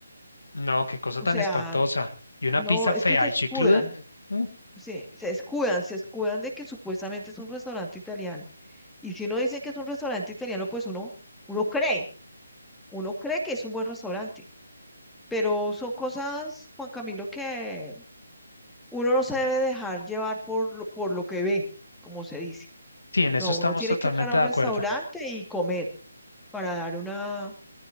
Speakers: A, on the left (about 70°); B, in the centre.
A: No, qué cosa
B: O
A: tan
B: sea,
A: espantosa. Y una
B: no,
A: pizza
B: es
A: fea
B: que se
A: y
B: escudan.
A: chicluda. eh, mm,
B: Sí, se escudan, se escudan de que supuestamente es un restaurante italiano. Y si uno dice que es un restaurante italiano, pues uno, uno cree, uno cree que es un buen restaurante. Pero son cosas, Juan Camilo, que uno no se debe dejar llevar por lo, por lo que ve, como se dice.
A: Sí, en
B: No,
A: eso estamos
B: uno tiene
A: totalmente
B: que entrar a un
A: de
B: restaurante
A: acuerdo.
B: y comer para dar una,